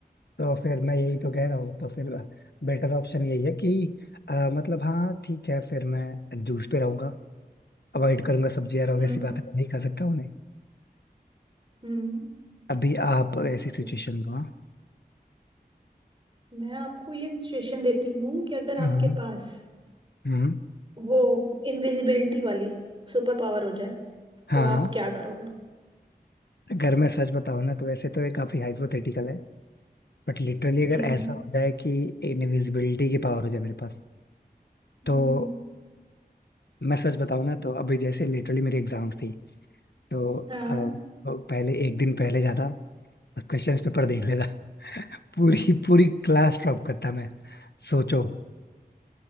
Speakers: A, on the left; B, on the right.
A: तो फिर मैं यही तो कह रहा हूँ तो फिर बेटर ऑप्शन यही है कि अ, मतलब हाँ ठीक है फिर मैं जूस पे रहूंगा अवॉइड करूंगा सब्जी यार obvious
B: हम्म
A: सी बात है मैं नहीं खा सकता उन्हें
B: हम्म
A: अभी आप ऐसी सिचुएशन
B: ठीक
A: में हो हाँ
B: मैं आपको ये सजेशन देती हूँ कि अगर आपके
A: हम्म
B: पास
A: हम्म,
B: वो इनविजिबिलिटी वाली सुपर पावर हो जाए
A: हाँ
B: तो आप क्या करोगे
A: अगर मैं सच बताऊं ना तो वैसे तो ये काफी हाइपोथेटिकल है बट लिटरली
B: हम्म
A: अगर ऐसा हो जाए कि इनविजिबिलिटी की पावर हो जाए मेरे पास
B: हम्म,
A: तो मैं सच बताऊं ना तो अभी जैसे लिटरली मेरी एग्जाम्स थी तो
B: हाँ
A: अ, तो पहले एक दिन पहले जाता और क्वेश्चन पेपर देख लेता पूरी पूरी क्लास ड्रॉप करता मैं सोचो